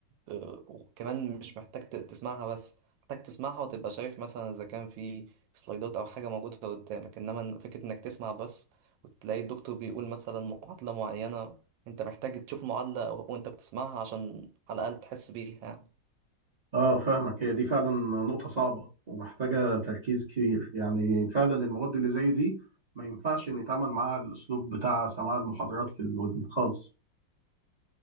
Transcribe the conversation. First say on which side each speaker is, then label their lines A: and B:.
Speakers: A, on the right (about 90°); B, on the right (about 65°).
A: آه، وكمان مش محتاج ت- تسمعها بس محتاج تسمعها وتبقى شايف مثلا اذا كان في سلايدات او حاجة موجودة قدامك انما فكرة انك تسمع بس وتلاقي الدكتور بيقول مثلا معادلة معينة انت محتاج تشوف معادلة وانت بتسمعها عشان على الاقل تحس بيها يعني.
B: اه فاهمك هي دي فعلا نقطة صعبة ومحتاجة تركيز كبير يعني فعلا المواد اللي زي دي ما ينفعش ان يتعامل معاها الاسلوب بتاع سماع المحاضرات في الودن خالص